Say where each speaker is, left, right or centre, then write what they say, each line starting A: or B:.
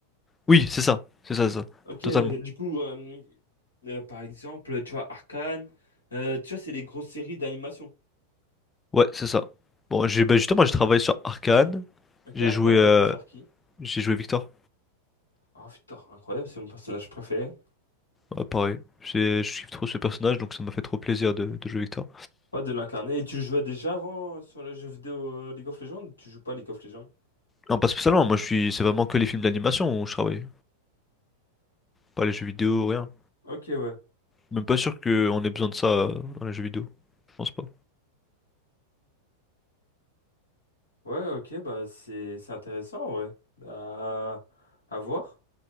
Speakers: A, on the left; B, on the left.
A: Oui, c'est ça, c'est ça, c'est ça,
B: Ok,
A: totalement.
B: du coup, euh, euh, par exemple, tu vois, Arcane, euh, tu vois, c'est les grosses séries d'animation.
A: Ouais, c'est ça. Bon, j'ai bah justement, j'ai travaillé sur Arcane.
B: Ok,
A: J'ai
B: Arcane,
A: joué,
B: t'as
A: euh,
B: pu faire qui?
A: j'ai joué Victor.
B: Oh putain, incroyable, c'est mon personnage préféré.
A: Ouais, pareil. C'est- Je kiffe trop ce personnage, donc ça m'a fait trop plaisir de, de jouer Victor.
B: Ouais, de l'incarner. Et tu jouais déjà avant euh, sur les jeux vidéo euh, League of Legends? ou Tu joues pas League of Legends?
A: Non, pas spécialement. Moi, je suis, c'est vraiment que les films d'animation où je travaille, pas les jeux vidéo, rien.
B: Ok, ouais.
A: Même pas sûr qu'on ait besoin de ça euh, dans les jeux vidéo. Je pense pas.
B: Ouais, ok, bah c'est c'est intéressant, ouais. À, à voir.